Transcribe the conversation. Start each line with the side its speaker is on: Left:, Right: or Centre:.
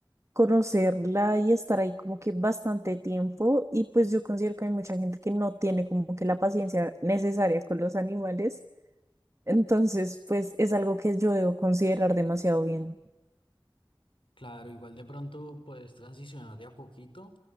Right: conocerla y estar ahí como que bastante tiempo y pues yo considero que hay mucha gente que no tiene como que la paciencia necesaria con los animales. Entonces, pues es algo que yo debo considerar demasiado bien.
Left: Claro, igual de pronto puedes transicionar de a poquito,